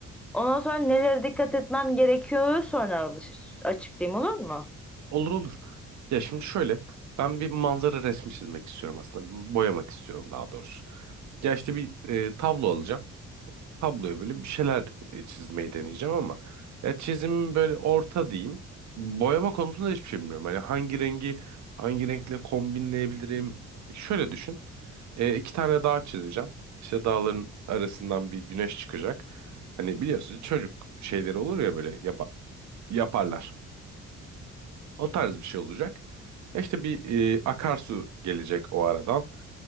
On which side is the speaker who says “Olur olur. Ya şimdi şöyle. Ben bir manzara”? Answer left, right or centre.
Right